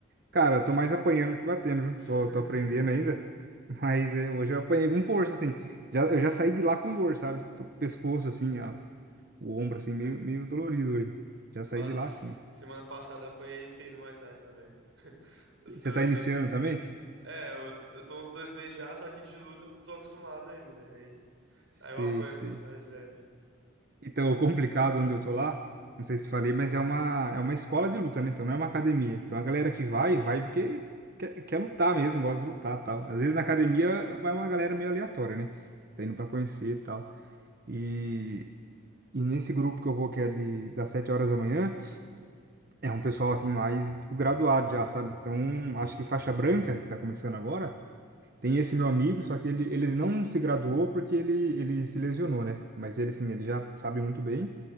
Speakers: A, on the right; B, on the right.
A: Cara, eu tô mais apanhando que batendo, viu?
B: <laughs>
A: Tô, tô aprendendo ainda. <laughs> Mas é, hoje eu apanhei com força, assim. Já, eu já saí de lá com dor, sabe? Tô com o pescoço, assim, a- o ombro, assim, meio, meio dolorido hoje. Já saí
B: Nossa,
A: de lá, assim.
B: semana passada apanhei feio no Muay Thai também. <laughs> Eu
A: Você
B: sou
A: tá
B: meio...
A: iniciando também?
B: É, eu, eu tô uns dois meses já, só que de luta eu não tô acostumado ainda. Aí,
A: Sei,
B: aí eu apanho
A: sei.
B: pros mais velhos.
A: Então, <laughs> o complicado onde eu tô lá, não sei se te falei, mas é uma, é uma escola de luta, né? Então não é uma academia. Então a galera que vai, vai porque quer, quer lutar mesmo, gosta de lutar tal. Às vezes na academia vai uma galera meio aleatória, né? Tá indo pra conhecer e tal. E E nesse grupo que eu vou, que é de, das 7 horas da manhã, é um pessoal assim mais tipo, graduado já, sabe? Então, acho que faixa branca, que tá começando agora, tem esse meu amigo, só que ele, ele não se graduou porque ele, ele se lesionou, né? Mas ele, assim, ele já sabe muito bem.